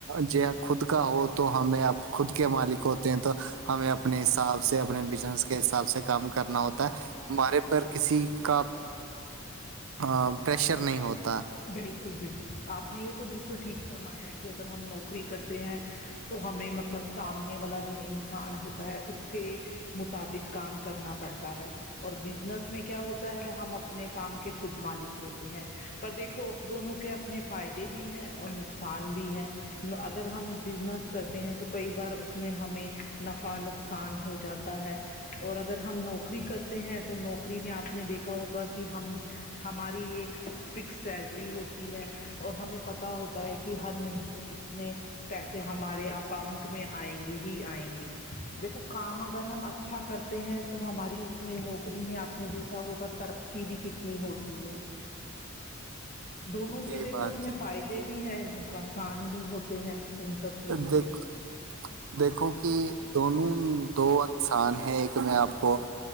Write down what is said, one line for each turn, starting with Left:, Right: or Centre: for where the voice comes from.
Right: جی ہاں خود کا ہو تو ہمیں اب خود کے مالک ہو تو ہمیں اپنے حساب سے اپنے بزنس کے حساب سے کام کرنا ہوتا ہے ہمارے پر کسی کا ہاں <unintelligible> پریشر نہیں ہوتا
Left: بالکل بالکل آپ نے یہ تو بالکل ٹھیک فرمایا کہ اگر ہم نوکری کرتے ہیں تو ہمیں مطلب سامنے والا جو انسان ہوتا ہے اس کے مطابق کام کرنا پڑتا ہے اور بزنس میں کیا ہوتا ہے ہم اپنے کام کے خود مالک ہوتے ہیں پر دیکھ و دونوں کے اپنے فائدے بھی ہیں اور نقصان بھی ہے اگر ہم بزنس کرتے ہیں تو کئی بار اس میں ہمیں نفع نقصان ہو جاتا ہے اور اگر ہم نوکری کرتے ہیں تو نوکری بھی آپ نے دیکھا ہوگا کہ ہم ہماری ایک فکس سیلری ہوتی ہے اور ہمیں پتا ہوتا ہے کہ ہر مہینے اتنے پیسے ہمارے اکاؤنٹ میں آئیں گے ہی آئیں گے دیکھو کام اگر ہم اچھا کرتے ہیں تو ہماری اس میں نوکری میں آپ نے دیکھا ہوگا ترقی بھی کتنی ہوتی ہے دونوں
Right: جی
Left: کے دیکھو
Right: بات
Left: اپنے
Right: ہے
Left: فائدے بھی ہیں نقاصان بھی ہوتے ہیں ان سب چیزوں
Right: دیکھ
Left: کے
Right: دیکھو کہ دونوں دو انسان ہیں ایک میں آپ کو